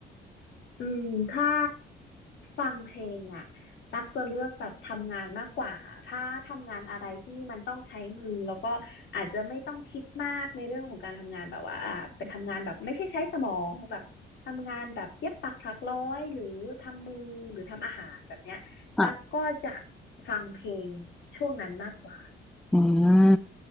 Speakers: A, on the left; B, in the centre.
A: อืมถ้าฟังเพลงอ่ะตักจะเลือกแบบทำงานมากกว่าถ้าทำงานอะไรที่มันต้องใช้มือแล้วก็อาจจะไม่ต้องคิดมากในเรื่องของการทำงานแบบว่าอ่าเป็นทำงานแบบไม่ใช่ใช้สมองแบบทำงานแบบเย็บปักถักร้อยหรือทำมือหรือทำอาหารแบบเนี้ยตักก็จะ
B: อ่ะ
A: ฟังเพลงช่วงนั้นมากกว่า
B: อืม